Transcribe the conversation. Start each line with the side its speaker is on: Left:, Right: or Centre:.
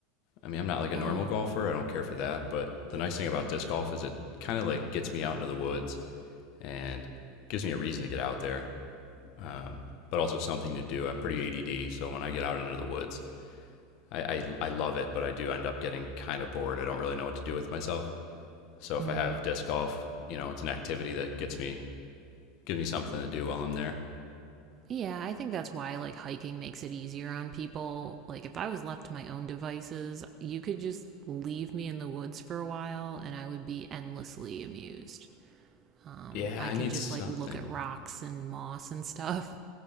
Left: I mean, I'm not like a
Right: Oh,
Left: normal golfer. I don't care for that. But the nice thing about disc golf is it kind of like gets me out into the woods and gives me a reason to get out there, um, but also something to do. I'm pretty ADD, so when I get out into the woods, I, I I love it, but I do end up getting kind of bored. I don't really know what to do with myself. So if
Right: mm.
Left: I have disc golf, you know, it's an activity that gets me gives me something to do while I'm there.
Right: Yeah, I think that's why like hiking makes it easier on people. Like if I was left to my own devices, you could just leave me in the woods for a while and I would be endlessly amused. Um,
Left: Yeah,
Right: I
Left: I
Right: could
Left: need
Right: just
Left: something.
Right: like look at rocks and moss and stuff